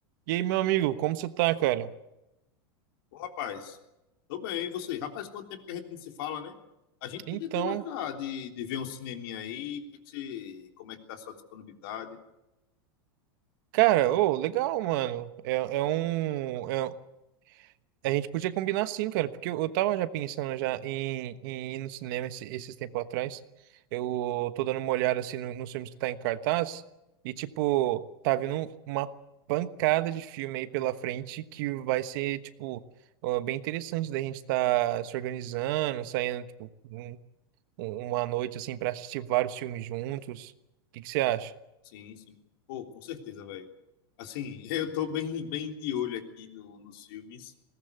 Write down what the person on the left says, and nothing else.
Ô, rapaz, tô bem, e você? Rapaz, quanto tempo que a gente não se fala, né? A gente
tem que até marcar de, de ver um cineminha aí, que que você, como é que tá a sua disponibilidade?
Sim, sim. Pô, com certeza, velho. Assim, <laughs> eu tô bem, bem de olho aqui no, nos filmes.